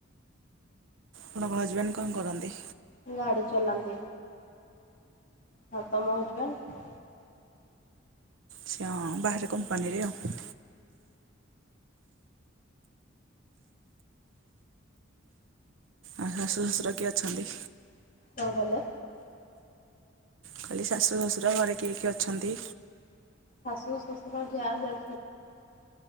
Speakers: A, on the right; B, on the left.
A: ଆପଣଙ୍କ ହଜବେଣ୍ଡ କଣ କରନ୍ତି?
B: ଗାଡି ଚଲାନ୍ତି ହଁ ତମ ହଜବେଣ୍ଡ?
A: ସେ ବାହାରେ କମ୍ପାନୀରେ ଆଉ ଆଉ ଶାଶୁ ଶଶୁର କିିଏ ଅଛନ୍ତି?
B: କଣ କହିଲେ?
A: କହିଲି ଶାଶୁ ଶଶୁର ଘରେ କିଏ କିଏ ଅଛନ୍ତି?
B: ଶାଶୁ ଶଶୁର ଯା ଦେଢ଼ସ